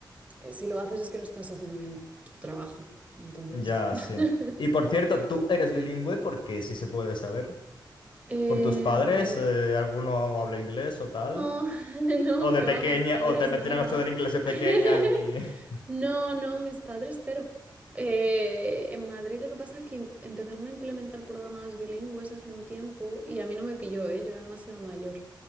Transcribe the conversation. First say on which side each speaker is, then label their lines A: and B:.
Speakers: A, on the right; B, on the left.
A: eh, si lo haces es que no estás haciendo bien tu trabajo. Entonces,
B: Ya,
A: <laughs>
B: sí. Y por cierto, ¿tú eres bilingüe? Porque si se puede saber.
A: eh,
B: ¿Por tus padres?
A: no,
B: eh, ¿alguno habla inglés o tal?
A: <laughs> no,
B: ¿O de
A: que
B: pequeña?
A: va, mis padres
B: ¿O te metieron
A: nada.
B: a estudiar inglés de pequeña
A: <laughs>
B: y...? <laughs>
A: No, no, mis padres cero. Eh, en Madrid lo que pasa es que em- empezaron a implementar programas bilingües hace un tiempo y a mí no me pilló, ¿eh? Yo era demasiado mayor.